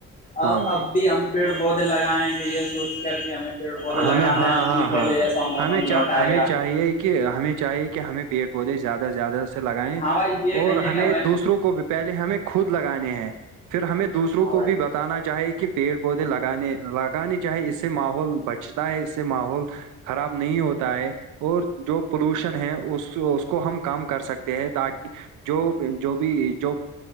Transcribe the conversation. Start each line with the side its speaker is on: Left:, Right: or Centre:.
Left: ا
Right: ہاں بھائی
Left: اب بھی ہم پیڑ پودے لگائےیں کہ یہ سوچ کر کے ہمیں پیڑ پودے لگانے
Right: ہمیں ہاں
Left: اب
Right: ہاں
Left: بھی
Right: ہاں
Left: پہلے جیسا
Right: ہاں
Left: موسم
Right: ہمیں
Left: لوٹ آئے
Right: ہمیں
Left: گا
Right: چاہیے کہ ہمیں چاہیے کہ ہمیں پیڑ پودے زیادہ سے زیادہ سے لگائےیں
Left: ہاں بھائی یہ
Right: اور
Left: نہیں ہے
Right: ہمیں
Left: کہ میں نے
Right: دوسروں کو پہلے ہمیں خود لگانے ہیں پھر ہمیں دوسروں
Left: ہاں
Right: کو
Left: بھائی
Right: بھی بتانا چاہی کہ پیڑ پودے لگانے لگانے چاہے اس سے ماحول بچتا ہے اس سے ماحول خراب نہیں ہوتا ہے اور جو پولوشن ہے اس اس کو ہم کام کر سکتے ہیں تاکہ جو جو بھی جو